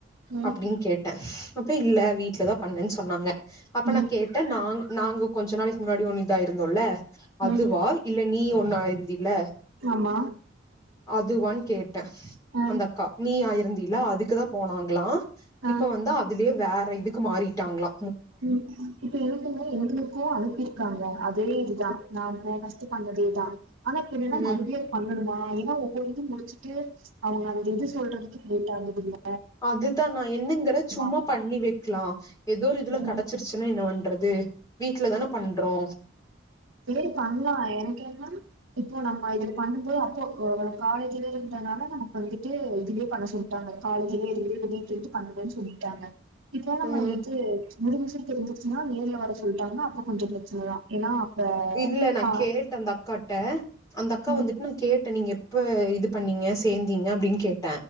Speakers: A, on the right; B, on the left.
A: ம்
B: அப்டின்னு கேட்டே அப்ப இல்ல வீட்லதா பண்ணேன்னு சொன்னாங்க அப்ப நா
A: ம்
B: கேட்டே நாங் நாங்க கொஞ்ச நாளைக்கு முன்னாடி ஒன்னுதா இருந்தோல்ல அது
A: ம்
B: இது வா இல்ல நீ ஒ ஒன்னா இருந்தீல
A: ஆமா
B: அதுவான்னு கேட்
A: ஆ
B: அந்த அக்கா நீ ஆயிர் இருந்தீல்ல அதுக்குதா போனாங்ளா
A: ஆ
B: இப்ப வந்து அதுலயே வேற வேற இதுக்கு மாறிட்டாங்ளா
A: ம் இப்ப எனக்குன்னா எங்களுக்கு அதுக் இருக்காங்க அதே இது யா நா போ ஃபர்ஸ்ட் பண்ணது இதான் ஆனா பின்ன என்ன
B: ம்
A: மறுபடியு அது பண்ணனு ஆனா ஏன்னா ஒவ்வொரு இது முடிச்சிட்டு அவங்க அந்த இது சொல்றதுக்கு கேட்டா முடியு
B: அதுதா நா என்னங்கற சும்மா
A: அப்டின்ட்டு
B: பண்ணி வைக்லா ஏதோ ஒரு இதுல கெடச்சிருச்சின்னா
A: ம்
B: என்ன பண்றது வீட்ல தான பண்றோ
A: சேரி பண்ணலா எனக்கு என்ன இப் இப்போ நம்ம இதுல பண்ணும்போ அப்போ காலேஜ்லயே இருந்ததுனால நமக்கு வந்துட்டு இதுலயே பண்ண சொல்லிட்டாங்க காலேஜ்லயே இதுலயே வீட்ல இருந்து பண்ணுங்கன்னு சொல்லீட்டாங்க இப்ப நம்ம
B: ம்
A: இது முடிஞ்சின்னு தெரிஞ்சிருச்சின்னா நேர்ல வர சொல்ட்டாங்கன்னா அப்போ கொஞ்சோ பிரச்சன தா ஏன்னா அப்ப
B: இல்ல நா
A: கா
B: கேட்டே அந்த அக்காட்ட அந்த அக்கா
A: ம்
B: வந்துட் நா கேட்ட நீங்க எப் ப்ப இது பண்ணீங்க சேந்தீங்க அப்டின் கே ட்ட